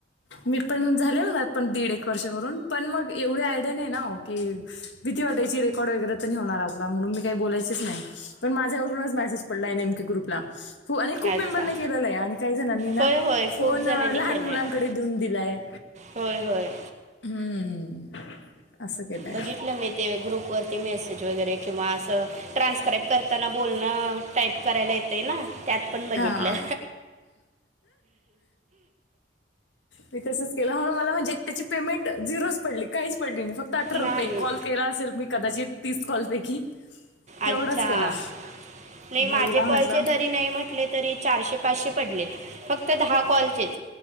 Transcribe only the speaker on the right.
अच्छा
होय होय
खूप जणांनी
केलं
आहे
होय होय.
बघितलं मी ते ग्रुप वरती मेसेज वगैरे किंवा असं ट्रान्सक्राईब करताना बोलणं टाईप करायला येतय ना. त्यात पण बघितलं.
नाही
अच्छा
नाही माझे
कॉलचे,
तरी नाही म्हटले तरी चारशे, पाचशे पडले. फक्त दहा कॉलचेच